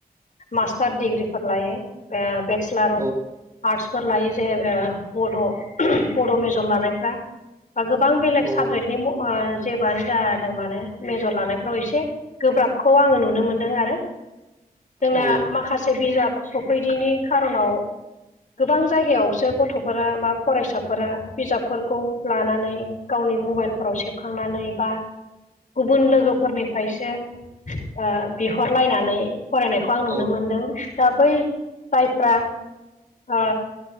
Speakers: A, on the left; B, on the right.
A: मास्टार दिडिग्रिफोर लायो। ओ बेत्सलार
B: औ
A: अफ आर्ट्सफोर लायो जे ओ बड बड मेजर लानायफ्रा। बा गोबां बेलेग
B: औ
A: साबजेक्टनि म ओ जेबोआनो जादों माने मेजर लानाय फ्राव एसे गोब्राबखौ आङो नुनो मोनदों आरो
B: औ
A: जोंना माखासे बिजाब सफैदिनि खार'नाव गोबां जायगायावसो गथ'फोरा बा फरायसाफोरा बिजाबफोरखौ लानानै गावनि मबाइलफोराव सेबखांनानै बा गुबुन लोगो फोरनिफ्रायसो ओ बिहरलायनानै फरायनाय खौ आं नुनो
B: औ
A: मोनदों दा बै जायफ्रा ओ